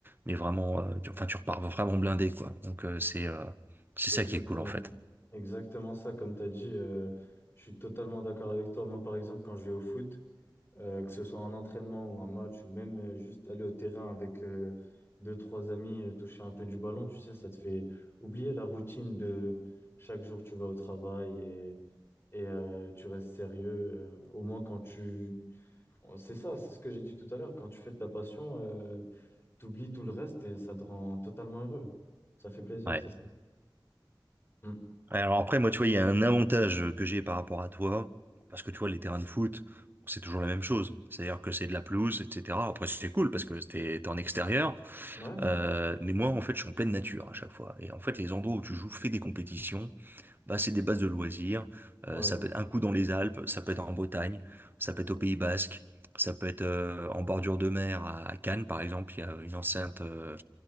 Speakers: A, on the right; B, on the left.
A: mais vraiment, euh, tu- enfin, tu repars vraiment blindé, quoi. Donc, euh, c'est euh,
B: c'est
A: c'est ça
B: exactement,
A: qui est cool, en fait.
B: exactement ça, comme tu as dit, euh, je suis totalement d'accord avec toi. Moi, par exemple, quand je vais au foot, Euh, que ce soit un entraînement ou un match, ou même euh, juste aller au terrain avec euh, deux, trois amis, euh, toucher un peu du ballon, tu sais, ça te fait oublier la routine de chaque jour tu vas au travail et, et, euh, tu restes sérieux. euh, au moins quand tu... C'est ça, c'est ce que j'ai dit tout à l'heure, quand tu fais de ta passion, euh, t'oublies tout le reste et ça te rend totalement heureux. Ça fait plaisir,
A: Ouais.
B: c'est ça. Mm.
A: Alors après, moi, tu vois, il y a un avantage que j'ai par rapport à toi, parce que tu vois, les terrains de foot, c'est toujours la même chose. C'est-à-dire que c'est de la pelouse, etc. Après, c'est cool parce que t'es t'es en extérieur,
B: Ouais?
A: Euh, mais moi, en fait, je suis en pleine nature à chaque fois. Et en fait, les endroits où tu joues, fais des compétitions, bah, c'est des bases de loisirs. Euh,
B: Ouais.
A: ça peut être un coup dans les Alpes, ça peut être en Bretagne, ça peut être au Pays Basque, ça peut être euh, en bordure de mer à, à Cannes, par exemple. Il y a une enceinte euh,